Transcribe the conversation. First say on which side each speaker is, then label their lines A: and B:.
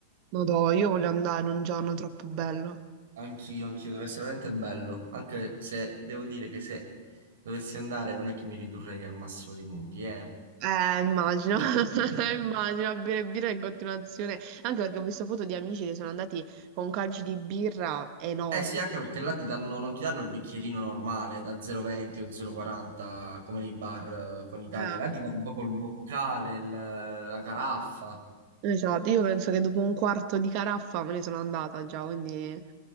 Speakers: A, on the right; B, on the right.
A: Madò, io voglio andare un giorno troppo bello.
B: Anch'io, anch'io, deve essere veramente bello. Anche se devo dire che se dovessi andare non è che mi ridurrei al massimo dei modi, eh.
A: Eh, immagino,
B: <laughs>
A: <laughs> immagino a bere birra in continuazione, anche perché ho visto foto di amici che sono andati con calci di birra enormi.
B: Eh sì, anche perché là ti danno, non ti danno il bicchierino normale da 0,20 o 0,40 come nei bar eh, qua in Italia,
A: Eh,
B: là ti danno proprio il boccale, il- la caraffa.
A: Esatto, io penso che dopo un quarto di caraffa me ne sono andata già, quindi...